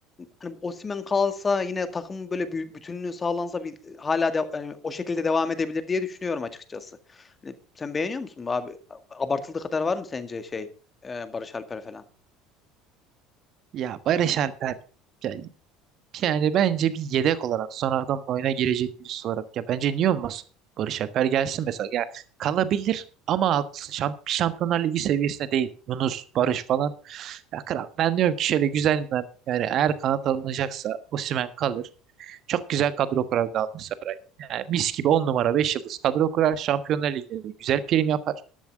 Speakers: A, on the left (about 25°); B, on the right (about 45°).
A: hani Osimhen kalsa yine takımın böyle bir bütünlüğü sağlansa bir hala de, hani o şekilde devam edebilir diye düşünüyorum açıkçası. Hani sen beğeniyor musun bu abi? Abartıldığı kadar var mı sence şey e, Barış Alper falan?
B: Ya Barış Alper. Ya Yani bence bir yedek olarak sonradan oyuna girecek birisi olarak. Ya bence niye olmasın? Barış Alper gelsin mesela. Ya kalabilir ama haklısın. Şamp Şampiyonlar Ligi seviyesinde değil. Yunus, Barış falan. Ya kral, ben diyorum ki şöyle güzelinden yani eğer kanat alınacaksa Osimhen kalır. Çok güzel kadro kurar Galatasaray. Yani mis gibi 10 numara 5 yıldız kadro kurar. Şampiyonlar Ligi'nde de güzel prim yapar.